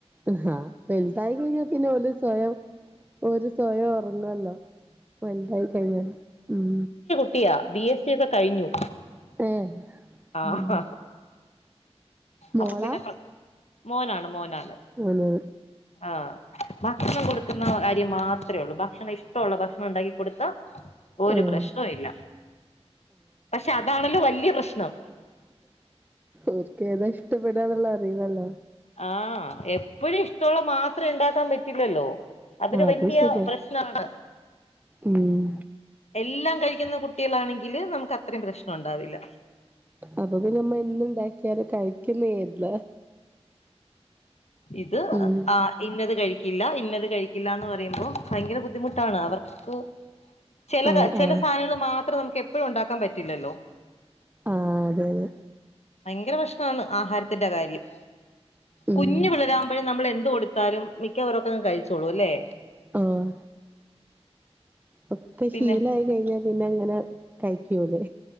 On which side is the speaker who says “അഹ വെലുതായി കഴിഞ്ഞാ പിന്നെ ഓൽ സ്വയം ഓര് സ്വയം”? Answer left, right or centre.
Right